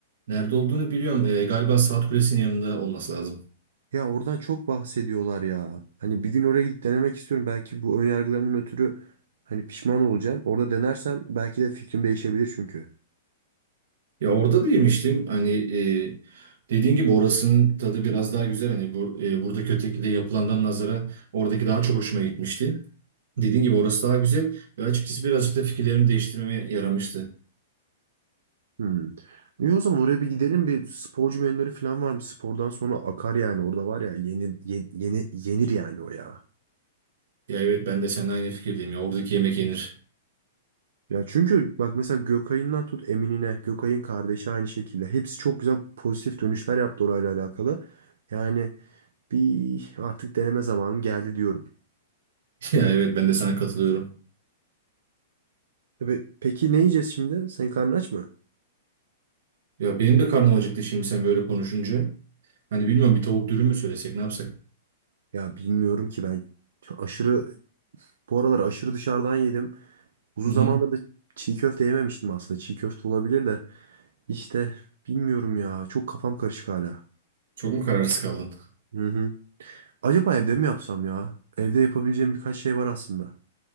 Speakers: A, on the right; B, on the right.
A: Nerede olduğunu biliyorum. Ee, galiba Saat Kulesi'nin yanında olması lazım.
B: Ya oradan çok bahsediyorlar ya. Hani bir gün oraya gidip denemek istiyorum. Belki bu önyargılarımın ötürü hani pişman olacağım. Orada denersem belki de fikrim değişebilir çünkü.
A: Ya orada da yemiştim. Hani e, dediğin gibi orasının tadı biraz daha güzel. Hani bur e, buradaki ötekide yapılandan nazara oradaki daha çok hoşuma gitmişti. Dediğin gibi orası daha güzel ve açıkçası birazcık da fikirlerimi değiştirmeme yaramıştı.
B: Hmm. İyi o zaman oraya bir gidelim. Bir sporcu menüleri falan var mı? Spordan sonra akar yani. Orada var ya yeni, yeni, yeni- yenir yani o ya.
A: Ya evet ben de seninle aynı fikirdeyim ya oradaki yemek yenir.
B: Ya çünkü bak mesela Gökay'ından tut Emin'ine, Gökay'ın kardeşi aynı şekilde. Hepsi çok güzel pozitif dönüşler yaptı orayla alakalı. Yani bir artık deneme zamanım geldi diyorum.
A: <laughs> Ya evet ben de sana katılıyorum.
B: E, Pe- Peki ne yiyeceğiz şimdi? Senin karnın aç mı?
A: Ya benim de karnım acıktı şimdi sen böyle konuşunca. Hani bilmiyorum bir tavuk dürüm mü söylesek ne yapsak?
B: Ya bilmiyorum ki ben aşırı bu aralar aşırı dışarıdan yedim. Uzun
A: Hı
B: zamandır
A: hı.
B: da çiğ köfte yememiştim aslında. Çiğ köfte olabilir de işte bilmiyorum ya. Çok kafam karışık hala.
A: Çok mu kararsız kaldın?
B: Hı hı. Acaba evde mi yapsam ya? Evde yapabileceğim birkaç şey var aslında.